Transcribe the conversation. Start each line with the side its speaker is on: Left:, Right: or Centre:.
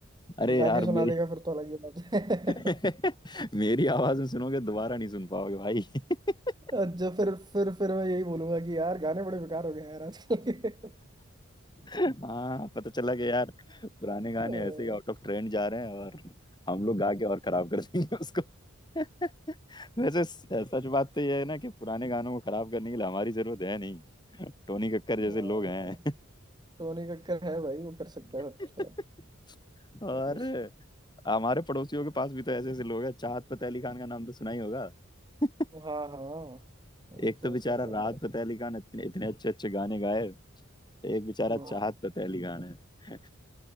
Left: अरे
Right: गा
Left: यार
Right: के सुना
Left: मेरी
Right: देगा फिर तो अलग ही बात है
Left: <laughs>
Right: <laughs>
Left: मेरी आवाज में सुनोगे दोबारा नहीं सुन पाओगे भाई <laughs>
Right: अच्छा फिर फिर फिर मैं यही बोलूंगा कि यार गाने बड़े बेकार हो गए हैं यार आजकल के।
Left: हाँ पता चला कि यार पुराने गाने
Right: हम्म,
Left: ऐसे ही आउट ऑफ ट्रेंड जा रहे हैं और हम लोग गा के और खराब कर देंगे उसको <laughs> वैसे स- सच बात तो यह है ना कि पुराने गानों को खराब करने के लिए हमारी जरूरत है नहीं टोनी कक्कर
Right: हाँ,
Left: जैसे लोग हैं
Right: क्या- टोनी कक्कर है भाई वो कर सकता है अच्छा
Left: <laughs> और
Right: पर उस
Left: हमारे पड़ोसियों के पास भी तो ऐसे ऐसे लोग हैं चाहत फतेह अली खान का नाम तो सुना ही होगा <laughs>
Right: हाँ हाँ वो
Left: एक
Right: तो
Left: तो बेचारा
Right: सब दादा
Left: राहत
Right: है।
Left: फतेह अली खान इतने इतने अच्छे अच्छे गाने गाए एक बेचारा
Right: हम्म,
Left: चाहत फतेह अली खान है